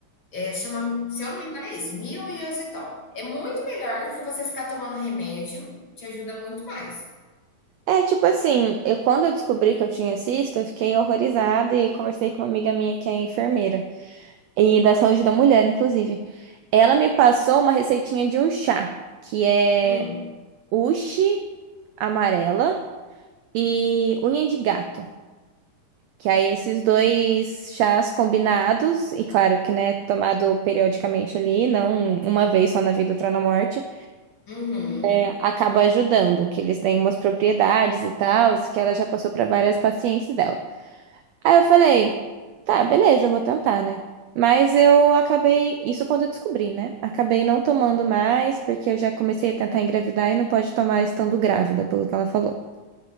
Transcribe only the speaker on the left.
É, chama, se eu não me engano, é isso, milioxitol. É muito melhor do que você ficar tomando remédio, te ajuda muito mais.
Hum,
uhum,